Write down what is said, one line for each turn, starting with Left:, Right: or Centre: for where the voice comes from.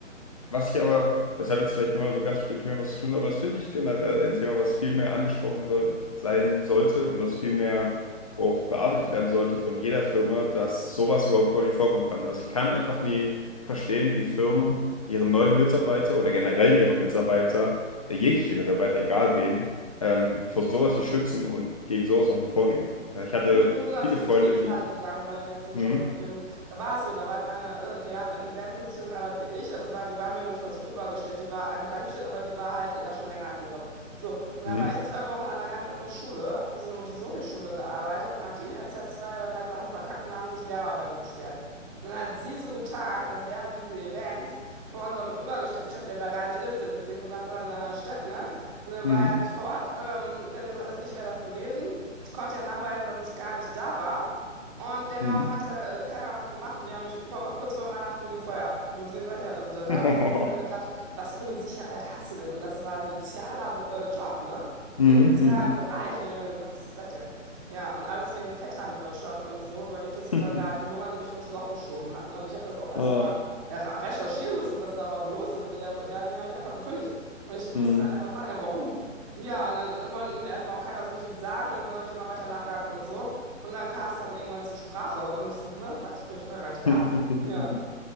Left: Was ich aber, das hat jetzt vielleicht nur mal so ganz mit dem Thema was zu tun, aber das finde ich generell ein Thema, was viel mehr angesprochen soll, sein sollte und was viel mehr auch bearbeitet werden sollte von jeder Firma, dass sowas überhaupt gar nicht vorkommen kann. Also ich kann einfach nie verstehen, wie Firmen ihren neuen Mitarbeiter oder generell ihre Mitarbeiter, äh, jegliche Mitarbeiter, egal wen, ähm, vor sowas nicht schützen und gegen sowas auch nicht vorgehen. Ja, Ich hatte
Right: Du, Ich bin sogar
Left: viele
Right: zum
Left: Freunde,
Right: Betriebsrat
Left: die...
Right: gegangen bei dem letzten
Left: Hm?
Right: Job mit dem, da war es so, da war meine, äh, die hat in derselben Position gearbeitet wie ich, also war, die war mir noch nicht mal so übergestellt, die war einfach gleichgestellt, aber die war halt da schon länger an dem Job. So, und dann
Left: Hm?
Right: war ich zwei Wochen an einer ganz anderen Schule, habe für so eine Montessori-Schule gearbeitet und hat die in der Zeit zwei oder drei Sachen verkackt und haben sich Lehrer über die beschwert. Und dann hat sie so getan, als wären diese Events von unserem übergestellten Chef, der da gar nicht ist, der sitzt irgendwo ganz anders in einer anderen Stadt, ne? Und der
Left: Hm?
Right: war ja nicht vor Ort, ähm, dann gesagt, dass ich wäre das gewesen. Ich konnte ja nachweisen, dass ich gar nicht da war. Und dennoch
Left: Hm?
Right: hat er, äh, keiner was gemacht und die haben mich vor, kurz vor Weihnachten gefeuert. Und deswegen sage ich ja, also da, da
Left: Hm?
Right: habe ich mir dann gedacht, was für eine Sicherheit hast du denn? Und das war ein sozialer Be- äh, Job, ne?
Left: Hm?
Right: Im sozialen Bereich.
Left: <laughs>
Right: Und ich mir, Was ist das denn? Ja, und alles wegen Vetternwirtschaft und so. Und weil die Tussi
Left: <laughs>
Right: dann da halt gelungen hat und mich fürs Loch geschoben hat, ne? Und ich habe das auch erst
Left: Ah,
Right: mal ja, recherchieren müssen, was da überhaupt los ist, weil der, der hat mir halt einfach gekündigt. Und ich musste
Left: Hm.
Right: dann erstmal fragen, ja, warum? Ja, und dann wollte mir erstmal auch keiner so richtig sagen und dann habe ich immer weiter nachgehakt und so. Und dann kam es dann irgendwann zur Sprache und ich so, hä, was? Und ich war gar nicht da.
Left: <laughs>
Right: Ja,